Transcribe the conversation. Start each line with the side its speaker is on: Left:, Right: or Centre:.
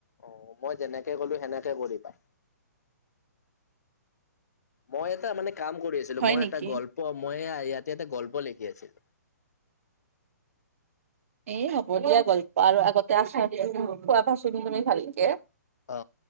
Left: অ' মই যেনেকে ক'লো সেনেকে কৰিবা। মই এটা মানে কাম কৰি আছিলো,
Right: হয়
Left: মই
Right: নেকি?
Left: এটা গল্প মই এইয়া ইয়াতে এটা গল্প লিখি আছিলো।
Right: এই হ'ব দিয়া গল্প আৰু আগতে আচাৰ দিয়া <unintelligible> কোৱাচোন তুমি মানে ভালকে,
Left: অ